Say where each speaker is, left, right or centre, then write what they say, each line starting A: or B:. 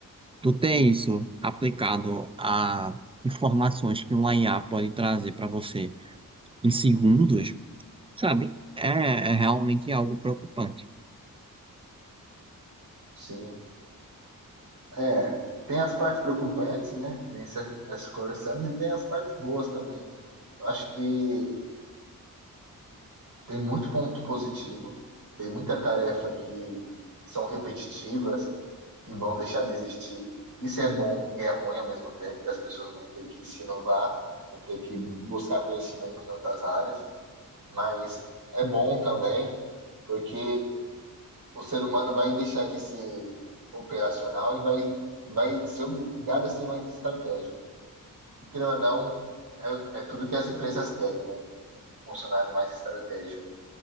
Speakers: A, on the right (about 15°); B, on the right (about 75°).
A: Tu tem isso aplicado a informações que uma IA pode trazer para você em segundos, sabe? É, é realmente algo preocupante.
B: Sim. É, tem as partes preocupantes, né? Nem se- nós conversamos, e tem as partes boas também. Eu acho que tem muito ponto positivo, tem muita tarefa que são repetitivas, que vão deixar de existir. Isso é bom e é ruim ao mesmo tempo, que as pessoas vão ter que se inovar, vão ter que buscar conhecimento em outras áreas, mas é bom também, porque o ser humano vai deixar de ser operacional e vai, vai ser obrigado a ser mais estratégico. E querendo ou não, é, é tudo que as empresas querem, né? Um funcionário mais estratégico.